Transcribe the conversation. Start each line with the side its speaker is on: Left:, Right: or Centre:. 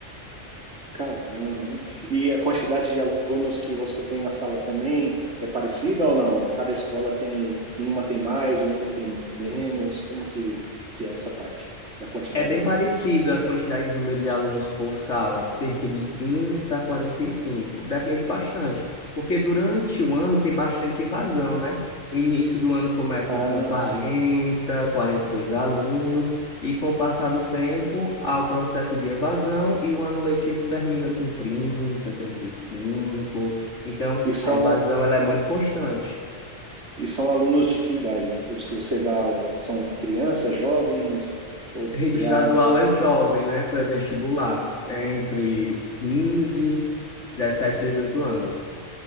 Right: Caramba, hein? E a quantidade de alunos que você tem na sala também é parecida ou não? Cada escola tem, nenhuma tem mais e outra tem menos. Como que, que é essa parte da quantidade
Left: É bem
Right: de
Left: parecido
Right: alunos?
Left: a quantidade de número de alunos por sala, cerca de 30 a 45. Depende bastante, porque durante o ano tem bastante evasão, né? O início do ano começa
Right: Ah,
Left: com 40,
Right: sim.
Left: 42 alunos, e com o passar do tempo há o processo de evasão e o ano letivo termina com 30, 35. Então,
Right: E são,
Left: a evasão ela é muito constante.
Right: e são alunos de que idade? Os que você dá aula são crianças, jovens ou
Left: Rede
Right: já
Left: estadual é jovem, né? Pré-vestibular. É entre 15, 17, 18 anos.